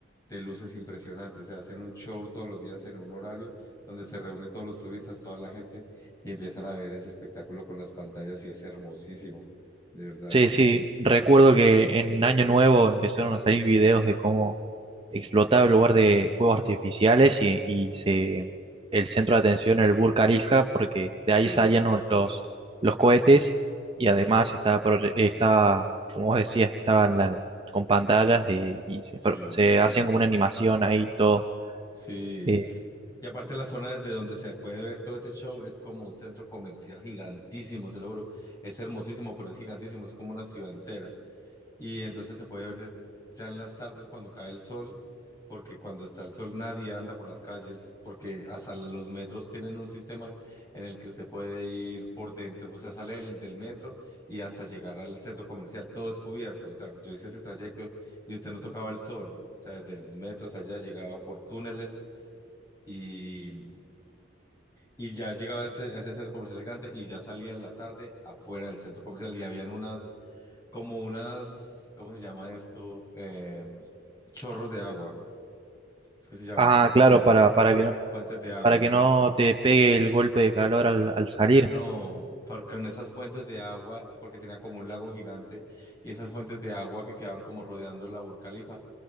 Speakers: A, on the left; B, on the right.
A: de luces impresionante. O sea, hacen un show todos los días en un horario donde se reúne todos los turistas, toda la gente, y empiezan a ver ese espectáculo con las pantallas y es hermosísimo, de verdad.
B: Sí, sí, recuerdo que en Año Nuevo empezaron a salir videos de cómo explotaba el lugar de fuegos artificiales y, y se, el centro de atención era el Burj Khalifa, porque de ahí
A: Sí,
B: salían lo- los, los cohetes y además estaba, pro- estaba, como vos decías, estaban la- con pantallas de- y se,
A: sí,
B: pro- se hacían como una animación ahí todo.
A: sí.
B: eh,
A: Y aparte la zona desde donde se puede ver todo este show es como un centro comercial gigantísimo, se lo juro. Es hermosísimo, pero es gigantísimo, es como una ciudad entera. y entonces se puede ver de- ya en las tardes cuando cae el sol, porque cuando está el sol nadie anda por las calles, porque hasta los metros tienen un sistema en el que usted puede ir por dentro, o sea, sale del, del metro y hasta llegar al centro comercial, todo es cubierto, o sea, yo hice ese trayecto y usted no tocaba el sol, o sea, desde el metro hasta allá llegaba por túneles y... Y ya llegaba a ese, a ese centro comercial gigante y ya salía en la tarde afuera del centro comercial y habían unas como unas, ¿cómo se llama esto? Eh, chorros de agua, es que se llama,
B: ah,
A: fuentes,
B: claro, para, para que no,
A: fuentes de agua.
B: para que no te pegue el golpe de calor al, al salir.
A: No, porque en esas fuentes de agua, porque tenía como un lago gigante, y esas fuentes de agua que quedaban como rodeando la Burcalifa,